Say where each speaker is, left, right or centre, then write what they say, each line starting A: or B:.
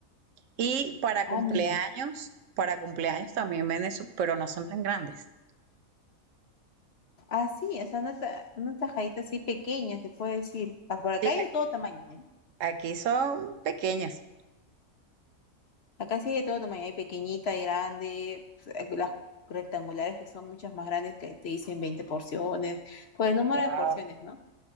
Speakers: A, on the right (about 70°); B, on the left (about 60°).
A: Y para
B: Ah,
A: cumpleaños,
B: mira.
A: para cumpleaños también venden, su- pero no son tan grandes.
B: Ah, sí, o sea, una, ta- una tajadita así pequeña, se puede decir. Ah, Por acá
A: Sí,
B: hay
A: aquí
B: de todo tamaño, ¿no?
A: aquí son pequeñas.
B: Acá sí hay de todo tamaño. Hay pequeñita, hay grande, pues, eh, las rectangulares que son muchas más grandes que te dicen 20 porciones, por el número
A: Wow.
B: de porciones, ¿no?